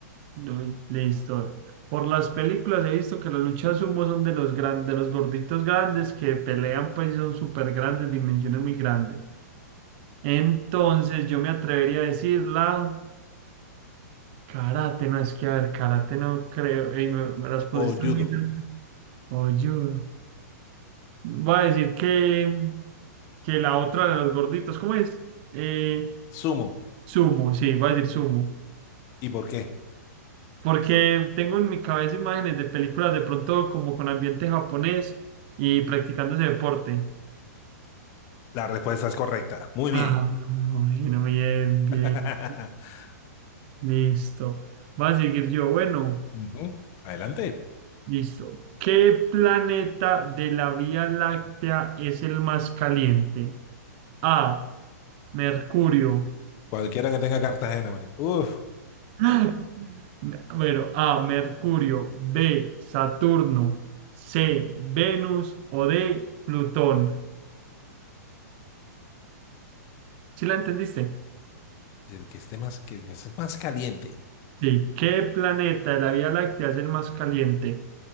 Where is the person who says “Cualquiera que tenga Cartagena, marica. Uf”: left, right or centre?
Left